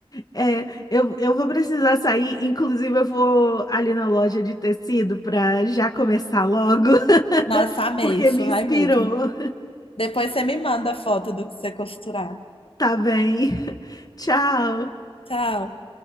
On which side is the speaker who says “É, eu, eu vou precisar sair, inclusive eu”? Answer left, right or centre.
Left